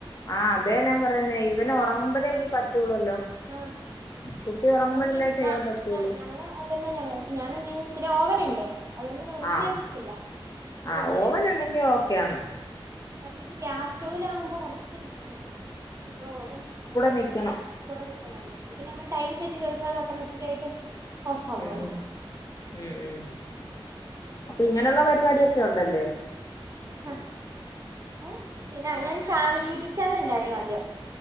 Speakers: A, on the left; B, on the right.
A: ആഹ് അതെ ഞാൻ പറയുന്നേ ഇവൻ
B: ആഹ്
A: ഉറങ്ങുമ്പഴേ ഇനി പറ്റുള്ളൂല്ലോ
B: ആഹ്
A: കുട്ടി ഒറങ്ങുമ്പഴല്ലേ
B: അപ്പൊ ഇനീ
A: ചെയ്യാൻ
B: ആഹ്
A: പറ്റുള്ളൂ
B: ഞ ഞങ്ങള് അങ്ങൻ തന്നെ നങ്ങള് ഞാനെന്ത് ചെയ്യും പിന്നെ ഓവനുണ്ട് അതോണ്ട് പിന്നെ വല്ല്യ
A: ആഹ്
B: റിസ്ക്കില്ല
A: ആഹ്
B: പിന്നെ
A: ഓവൻ ഉണ്ടെങ്കി ഓക്കെയാണ്
B: ആഹ് മറ്റത് ഗ്യാസ് സ്റ്റൗലാഉമ്പോ കുറച്ച് റിസ്കേരുന്നു ഇപ്പൊ ഓവൻ ഉം
A: വെക്കണം
B: പ്പ നിക്കണല്ലോ ഇത് നമ്മൾ ടൈം സെറ്റ് ചെയ്ത് വെച്ചാത് ഓട്ടോമാറ്റിക്കലായിട്ട് ഓഫ് ആവോല്ലോ
A: ഉം ഉം ഉം ഉം അപ്പൊ ഇങ്ങനെള്ള
B: പക്ഷെ
A: പരിപാടിയൊക്കെ ഉണ്ടല്ലേ
B: അഹ് ഏഹ് പിന്നെ അങ്ങനൊരു ചാനൽ യൂട്യൂബ് ചാനലുണ്ടായിരുന്നു ആദ്യം